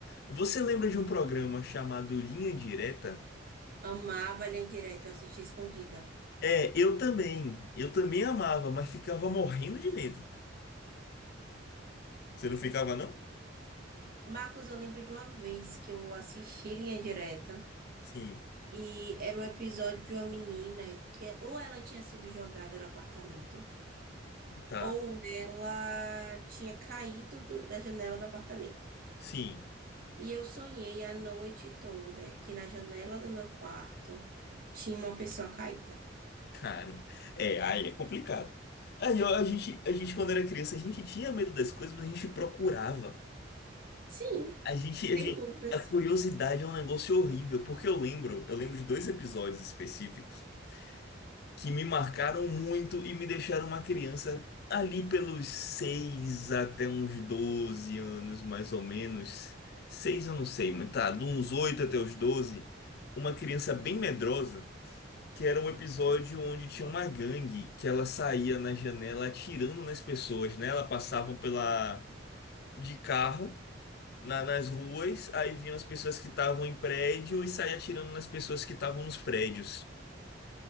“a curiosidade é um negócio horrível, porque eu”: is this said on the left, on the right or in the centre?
Left